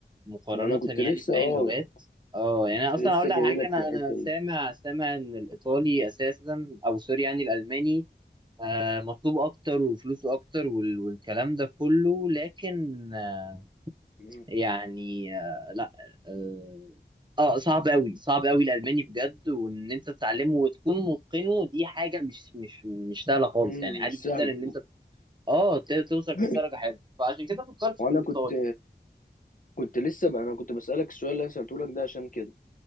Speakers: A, on the right; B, on the left.
A: مقارنة
B: ما انا كنت
A: يعني
B: لسه
A: بباقي
B: اه
A: اللغات اه يعني انا اصلا
B: كنت لسه
A: اقول لك
B: جاي
A: حاجة
B: لك
A: انا
B: في الحته
A: انا سامع
B: دي
A: سامع ان الايطالي اساسا او سوري يعني الالماني آه مطلوب اكتر وفلوسه اكتر وال- والكلام ده كله لكن آه،
B: مم.
A: يعني آه لا اه آه، صعب قوي صعب قوي الالماني بجد وان انت تتعلمه وتكون متقنه دي حاجة مش مش مش سهلة خالص
B: مم،
A: يعني عادي
B: مش
A: جدا
B: سهله
A: ان انت اه ت- توصل
B: <coughs>
A: فيه لدرجة حلوة فعشان كده فكرت
B: وانا
A: في الايطالي
B: كنت كنت لسه بقى انا كنت بسالك السؤال اللي انا سالته لك ده عشان كده